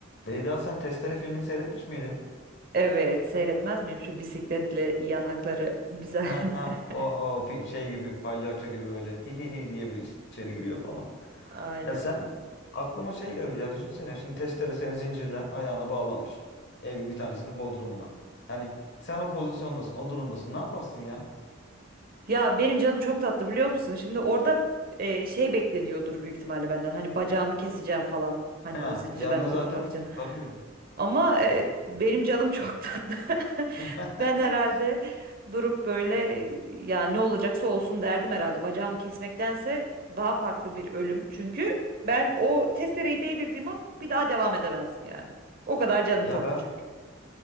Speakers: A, on the left; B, on the right.
A: Beyda sen Testere filmini seyretmiş miydin?
B: Evet, seyretmez miyim şu bisikletli yanakları güzel.
A: Ha ha
B: <laughs>
A: o o pi- şey gibi palyaço gibi böyle hi hi hi diye bir içeri giriyor falan.
B: Aynen.
A: Ya sen aklıma şey geldi ya düşünsene şimdi Testere seni zincirlen ayağına bağlamış. Evin bir tanesinin bodrumuna. Yani sen o pozisyondasın o durumdasın ne yaparsın ya?
B: Ya benim canım çok tatlı biliyor musun? Şimdi orada e, şey bekleniyordur büyük ihtimalle benden. Hani bacağımı keseceğim falan. Hani
A: Ha
B: o zincirden
A: yanına
B: kurtulmak
A: zaten
B: için.
A: tabii.
B: Ama e, benim canım çok tatlı. <laughs>
A: <laughs>
B: Ben herhalde durup böyle e, ya ne olacaksa olsun derdim herhalde. Bacağımı kesmektense daha farklı bir ölüm. Çünkü ben o testereyi değdirdiğim an bir daha devam edemezdim yani. O kadar canım
A: Ya
B: tatlı
A: ben
B: çünkü.